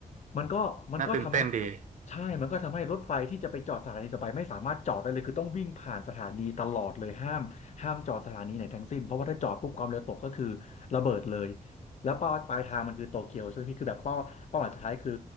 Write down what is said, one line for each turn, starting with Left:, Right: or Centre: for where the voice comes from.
Left: มันก็มันก็ทำให้
Right: น่าตื่นเต้นดี
Left: ใช่มันก็ทำให้รถไฟที่จะไปจอดสถานีต่อไปไม่สามารถจอดได้เลยคือต้องวิ่งผ่านสถานีตลอดเลยห้ามห้ามจอดสถานีไหนทั้งสิ้นเพราะว่าถ้าจอดปุ๊บความเร็วตกก็คือระเบิดเลย แล้วเป้าปลายทางมันคือโตเกียวใช่ไหมพี่คือแบบเป้าเป้าหมายสุดท้ายคือ